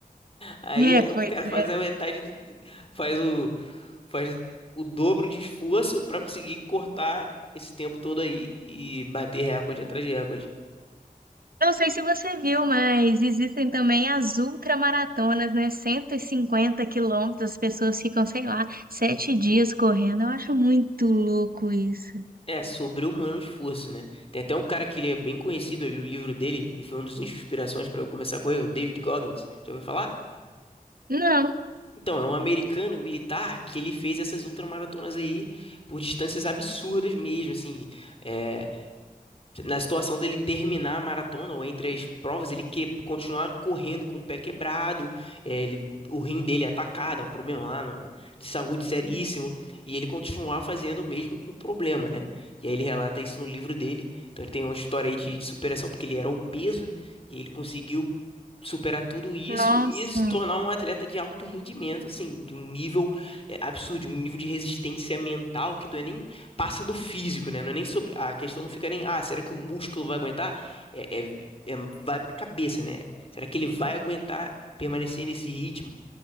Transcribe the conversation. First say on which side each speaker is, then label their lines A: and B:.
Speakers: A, on the left; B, on the right.
A: Aí é,
B: É,
A: os
B: pois
A: caras fazem
B: é.
A: a metade do. te- Faz o. Faz o dobro de esforço pra conseguir cortar esse tempo todo aí e bater recorde atrás de recorde.
B: Não sei se você viu, mas existem também as ultramaratonas, né? cento e cinquenta quilômetros, as pessoas ficam, sei lá, sete dias correndo. Eu acho muito louco isso.
A: É, sobre-humano esforço, né? Tem até um cara que ele é bem conhecido, eu li o livro dele e foi uma das inspirações pra eu começar a correr, o David Goggins. Já ouviu falar?
B: Não,
A: Então, é um americano militar que ele fez essas ultramaratonas aí por distâncias absurdas mesmo, assim. eh, Na situação dele terminar a maratona ou entre as provas, ele que... continuar correndo com o pé quebrado, eh, ele... o rim dele é atacado, é um problema lá no- de saúde seríssimo, e ele continuar fazendo o mesmo com o problema, né? E aí ele relata isso no livro dele. Então ele tem uma história aí de, de superação, porque ele era obeso e ele conseguiu superar tudo isso
B: nossa,
A: e se tornar um atleta de alto rendimento, assim, de um nível é, absurdo, um nível de resistência mental que não é nem passa do físico, né? Não é nem sobre a questão não fica nem, ah, será que o músculo vai aguentar? É, é, é- vai pra cabeça, né? Será que ele vai aguentar permanecer nesse ritmo?